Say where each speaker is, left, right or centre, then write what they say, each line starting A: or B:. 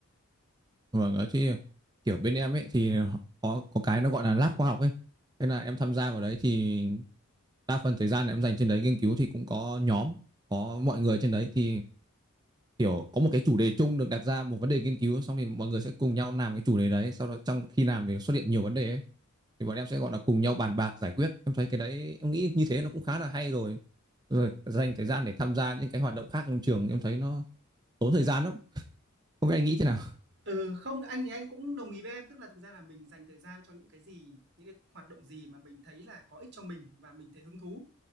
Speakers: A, on the right; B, on the right.
A: Vâng, ở thì kiểu bên em ấy thì có có cái nó gọi là lab khoa học ấy. Thế là em tham gia vào đấy thì đa phần thời gian em dành trên đấy nghiên cứu thì cũng có nhóm, có mọi người trên đấy thì kiểu có một cái chủ đề chung được đặt ra một vấn đề nghiên cứu xong thì mọi người sẽ cùng nhau làm cái chủ đề đấy, sau đó trong khi làm thì xuất hiện nhiều vấn đề ấy. Thì bọn em sẽ gọi là cùng nhau bàn bạc giải quyết. Em thấy cái đấy em nghĩ như thế nó cũng khá là hay rồi. Rồi dành thời gian để tham gia những cái hoạt động khác trong trường em thấy nó tốn thời gian lắm. Không biết anh nghĩ thế nào?
B: Ừ, không, anh thì anh cũng đồng ý với em, tức là thực ra là mình dành thời gian cho những cái gì, những cái hoạt động gì mà mình thấy là có ích cho mình và mình thấy hứng thú.